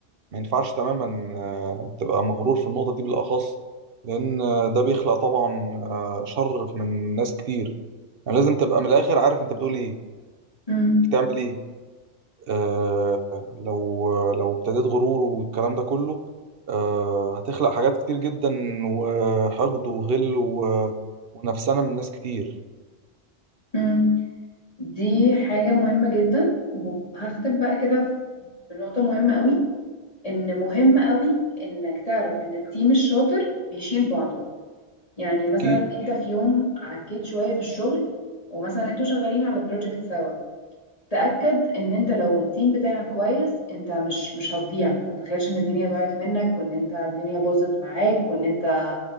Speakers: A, on the right (about 60°); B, on the left (about 35°).
A: ما ينفعش تماما آه، تبقى مغرور في النقطة دي بالأخص لأن آه، ده بيخلق طبعا آه، شر من ناس كتير يعني لازم تبقى من الآخر عارف أنت بتقول إيه
B: مم.
A: بتعمل إيه آه لو لو ابتديت غرور والكلام ده كله آه هتخلق حاجات كتير جدا وحقد وغل و- ونفسنا من ناس كتير
B: مم. دي حاجة مهمة جدا وهختم بقى كده بنقطة مهمة قوي ان مهم قوي انك تعرف ان التيم الشاطر بيشيل بعضه يعني مثلا
A: أكيد
B: انت في يوم عكيت شوية في الشغل ومثلا انتوا شغالين على بروجكت سوا تأكد ان انت لو التيم بتاعك كويس انت مش مش هتضيع ما تتخيلش ان الدنيا ضاعت منك وان انت الدنيا باظت معاك وان انت